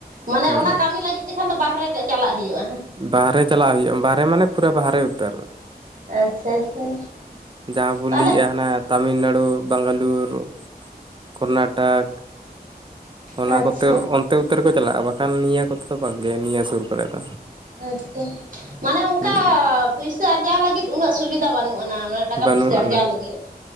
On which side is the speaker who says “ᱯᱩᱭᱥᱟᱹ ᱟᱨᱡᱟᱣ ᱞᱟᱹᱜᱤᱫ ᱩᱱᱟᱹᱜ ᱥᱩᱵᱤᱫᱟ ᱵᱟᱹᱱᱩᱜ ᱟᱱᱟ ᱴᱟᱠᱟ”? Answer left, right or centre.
Right